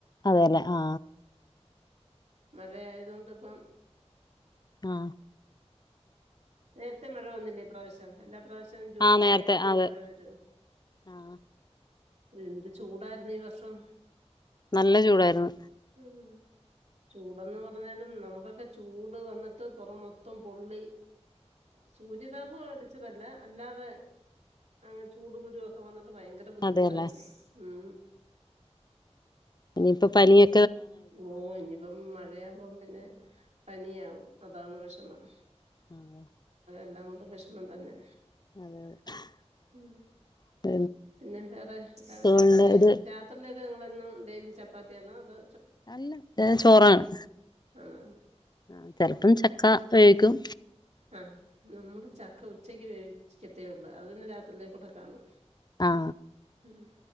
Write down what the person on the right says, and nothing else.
മഴയാതുക്കൊണ്ട് ഇപ്പം
നേരത്തെ മഴ വന്നില്ലേ ഈ പ്രാവശ്യം എല്ലാ പ്രാവശ്യം ശ്യം ജൂണൊക്കെ
ആയിട്ടല്ലേ
മഴ വരു
എന്ത് ചൂടായിരുന്നു ഈ വർഷം
ഉം ചൂടെന്ന് പറഞ്ഞാലും നമുക്കൊക്കെ ചൂട് വന്നിട്ട് പെറം മൊത്തം പൊള്ളി സൂര്യതാപം അടിച്ചതല്ല അല്ലാതെ അ ചൂട്ക്കുരു ഒക്കെ വന്ന് ഭയങ്കര ബുദ്ധിമുട്ടായിരുന്നു
ഉ
ഓ ഇനിയിപ്പം മഴയാവുമ്പം പിന്നെ പനിയാവും അതാണ് വെഷമം
എല്ലാം കൊണ്ടും വെഷമം തന്നെ
ഉം പിന്നെ വേറെ അല്ലാതെ
രാത്രിയിലേക്ക്
രാത്രിയിലേക്ക് നിങ്ങൾ എന്നും ഡെയിലി ചപ്പാത്തിയാണോ അതേ
ആണോ
ആ നമ്മള് ചക്ക ഉച്ചക്ക് വേവിക്കത്തേ ഉള്ളൂ അത് തന്നെ രാത്രിയിലേക്കൂടെ കാണും
ഉം